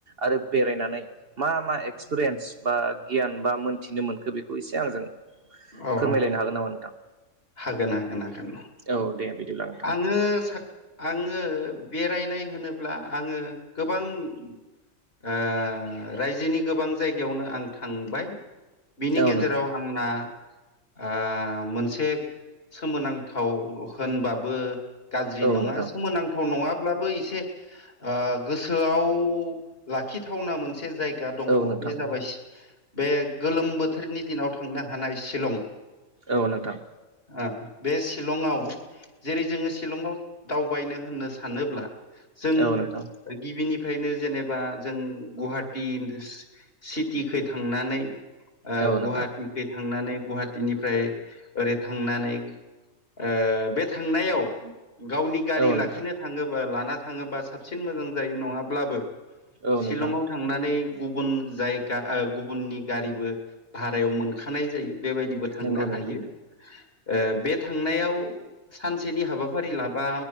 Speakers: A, on the right; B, on the left.
A: आरो बेरायनानै मा मा एक्सपिरियेन्स बा गियान बा मोन्थिनो मोनखो बेखौ एसे आंजों
B: औ
A: फोरमायलायनो हागोन नामा नोंथां
B: हागोन हागोन हागोन
A: औ दे बिदिब्ला नोंथां
B: आङो सा आङो ओ बेरायनाय होनोब्ला आङो गोबां ओ रायजोनि गोबां जायगायावनो आं थांबाय बिनि
A: औ
B: गेजेराव
A: नोंथां
B: आंना ओ मोनसे सोमोनांथाव होनबाबो गाज्रि
A: औ
B: नङा
A: नोंथां
B: सोमोनांथाव नङाब्लाबो एसे ओ गोसोआव लाखिथावना मोनसे जायगा दङ
A: औ नोंथां
B: बे जाबाय बे गोलोम बोथोरनि दिनाव थांनो हानाय शिलं
A: औ नोंथां।
B: ओ बे शिलंआव जेरै जोङो शिलंआव दावबायनो होननो सानोब्ला जों
A: औ नोंथां
B: गिबिनि फ्रायनो जेनेबा जों गुहाटि सिटिखै थांनानै ओ
A: औ
B: गुवाहाटिखै
A: नोंथां
B: थांनानै गुवाहाटिनिफ्राय ओरै थांनानै ओ बे थांनायाव गावनि गारि
A: औ
B: लाखिनो
A: नोंथां
B: थाङोबा लाना थाङोबा साबसिन मोजां जायो नङाब्लाबो
A: औ
B: शिलंआव
A: नोंथां
B: थांनानै गुबुन जायगा ओ गुबुननि गारिबो भारायाव मोनखानाय जायो बेबायदिबो थांनो
A: नंगौ नोंथां
B: हायो ओ बे थांनायाव सानसेनि हाबाफारि लाबा